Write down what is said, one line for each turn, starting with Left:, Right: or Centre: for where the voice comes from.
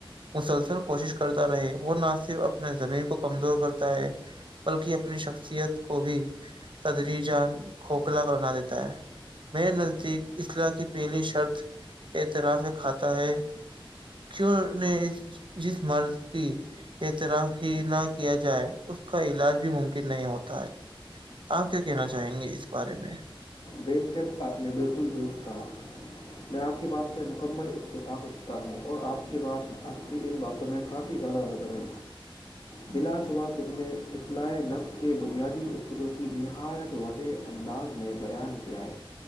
Right: مسلسل کوشش کرتا رہے وہ نہ صرف اپنے زمین کو کمزور کرتا ہے بلکہ اپنی شخصیت کو بھی تدری جان کھوکھلا بنا دیتا ہے میر نزدیک اصلاح کی پہلی شرط اعتراف کھاتا ہے کیوں نے اس جس مرض کی طرح ہی نہ کیا جائے اس کا علاج بھی ممکن نہیں ہوتا ہے آپ کیا کہنا چاہیں گے اس بارے میں
Left: بے شک آپ نے بالکل درست کہا میں آپ کی بات سے مکمل اتفاق رکھتا ہوں اور آپ کی بات آپ کی ان باتوں میں کافی زیادہ وزن ہے بلا شبہ تم نے اصلاح نفس کے بنیادی اصولوں کی نہایت واضح انداز میں بیان کیا ہے